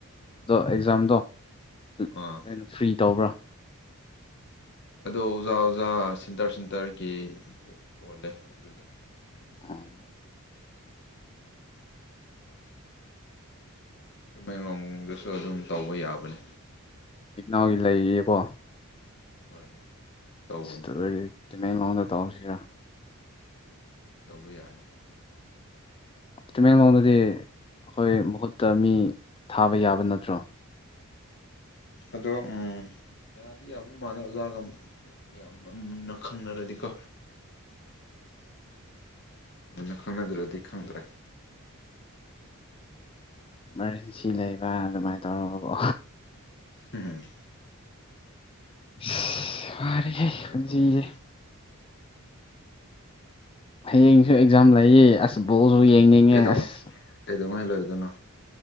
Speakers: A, on the left; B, on the left.
A: ꯑꯗꯣ ꯑꯦꯛꯖꯥꯝꯗꯣ <unintelligible>
B: ꯑꯥ
A: ꯐ꯭ꯔꯤ ꯇꯧꯕ꯭ꯔꯥ
B: ꯑꯗꯣ ꯑꯣꯖꯥ ꯑꯣꯖꯥ ꯁꯤꯟꯇꯔ ꯁꯤꯟꯇꯔꯒꯤ ꯄꯣꯜ ꯄꯣꯜꯂꯦ ꯑꯗꯨꯗ
A: ꯑꯥ
B: ꯇꯝꯃꯦꯡꯂꯣꯡꯗꯁꯨ ꯑꯗꯨꯝ ꯇꯧꯕ ꯌꯥꯕꯅꯦ
A: ꯏꯛꯅꯧꯒꯤ ꯂꯩꯔꯤꯌꯦꯀꯣ
B: ꯍꯣꯏ ꯍꯣꯏ ꯇꯧꯕꯅꯤ
A: ꯁꯤꯇꯔꯤ ꯇꯃꯦꯡꯂꯣꯡꯗ ꯇꯧꯁꯤꯔꯥ
B: ꯇꯧꯕ ꯌꯥꯏ
A: ꯇꯃꯦꯡꯂꯣꯡꯗꯗꯤ ꯑꯩꯈꯣꯏ ꯃꯍꯨꯠꯇ ꯃꯤ ꯊꯥꯕ ꯌꯥꯕ ꯅꯠꯇ꯭ꯔꯣ
B: ꯑꯗꯣ ꯎꯝ ꯌꯥꯗꯤ ꯌꯥꯕ ꯃꯥꯜꯂꯦ ꯑꯣꯖꯥꯒꯝ ꯌꯥꯝꯅ ꯃꯨꯟꯅ ꯈꯪꯅꯔꯗꯤꯀꯣ ꯃꯨꯟꯅ ꯈꯪꯅꯗꯔꯗꯤ ꯈꯪꯗ꯭ꯔꯦ
A: ꯏꯃꯥꯔꯖꯦꯟꯁꯤ ꯂꯩꯕ ꯑꯗꯨꯃꯥꯏꯅ ꯇꯧꯔꯒ ꯀꯣ
B: ꯎꯨꯝꯍ
A: ꯁꯤ ꯋꯥꯔꯦꯍꯦ
B: ꯌꯥꯗꯧꯕꯅꯤꯗ
A: ꯄꯨꯟꯁꯤꯁꯦ ꯍꯌꯦꯡꯁꯨ ꯑꯦꯛꯖꯥꯝ ꯂꯩꯌꯦ ꯑꯁ ꯕꯣꯜꯁꯨ ꯌꯦꯡꯅꯤꯡꯉꯦ
B: ꯀꯩꯗꯧ
A: ꯑꯁ
B: ꯀꯩꯗꯧꯉꯩ ꯂꯣꯏꯗꯣꯏꯅꯣ